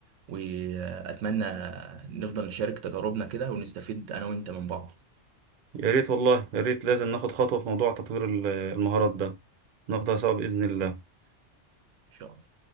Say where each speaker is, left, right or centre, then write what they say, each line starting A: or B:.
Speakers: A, on the right; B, on the right.
A: وأتمنى نفضل نشارك تجاربنا كده ونستفيد أنا وأنت من بعض إن
B: يا ريت والله يا ريت لازم ناخد خطوه في موضوع تطوير ال- المهارات ده ناخدها سوا باذن الله
A: شاء الله